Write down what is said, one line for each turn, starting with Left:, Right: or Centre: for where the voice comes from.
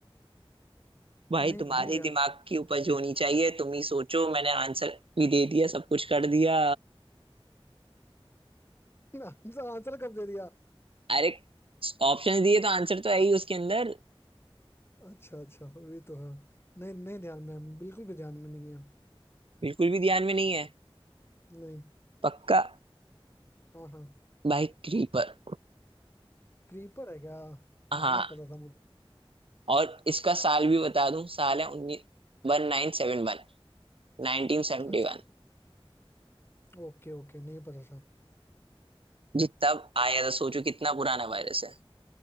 Right: भाई
Left: नहीं
Right: तुम्हारे
Left: नहीं ध्यान
Right: दिमाग की उपज होनी चाहिए तुम ही सोचो मैंने आंसर भी दे दिया सब कुछ कर दिया
Left: आंसर आंसर कब दे दिया
Right: अरे ऑप्शन दिए तो आंसर तो है ही उसके अंदर
Left: अच्छा अच्छा ये तो है नहीं नहीं ध्यान में है, बिल्कुल भी ध्यान में नहीं है
Right: बिल्कुल भी ध्यान में नहीं है
Left: नहीं
Right: पक्का
Left: हाँ हाँ
Right: भाई क्रीपर
Left: क्रीपर है क्या
Right: हाँ
Left: नहीं पता था मुझे
Right: और इसका साल भी बता दूं साल है उन्नीस one nine seven one nineteen seventy
Left: अच्छा
Right: one.
Left: ओके ओके नहीं पता था
Right: जी तब आया था सोचो कितना पुराना वायरस है